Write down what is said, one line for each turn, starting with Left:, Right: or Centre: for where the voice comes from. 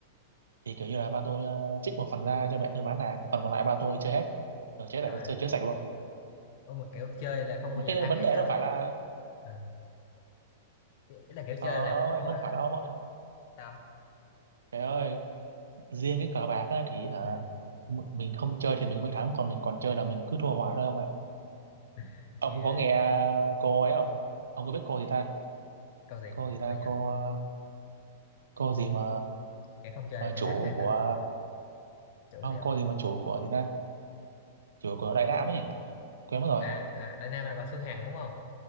Right: thì kiểu như là ba tôi ờ, trích một phần ra cho mẹ tôi bán hàng còn phần còn lại ba tôi chơi hết ở chơi sạch
Left: trời
Right: chơi,
Left: ơi.
Right: chơi sạch luôn
Left: Ủa mà kiểu chơi là không bao
Right: mà
Left: giờ
Right: cái
Left: thắng
Right: vấn
Left: hay
Right: đề
Left: sao
Right: đâu phải là
Left: à, ý ý là kiểu
Right: ờ
Left: chơi là
Right: ơi
Left: cũng thua
Right: không
Left: đó
Right: phải
Left: hả?
Right: đâu ông ơi
Left: sao
Right: trời ơi riêng cái cờ bạc á, thì hả
Left: ừ.
Right: m- mình không chơi thì mình mới thắng còn mình còn chơi là mình cứ thua hoài thôi ông ạ
Left: <laughs>
Right: ông
Left: nghe
Right: có nghe cô ấy không ông có biết cô gì ta
Left: câu gì
Right: cô gì
Left: câu
Right: ta
Left: gì nhỉ
Right: cô ờ, cô gì mà
Left: cái không chơi
Right: ờ,
Left: thì cái
Right: chủ
Left: thắng hay
Right: của
Left: sao chỗ
Right: ông
Left: gì không
Right: cô gì mà chủ của gì ta chủ của Đại Nam ấy quên mất rồi
Left: à à Đại Nam là bà Phương Hằng đúng không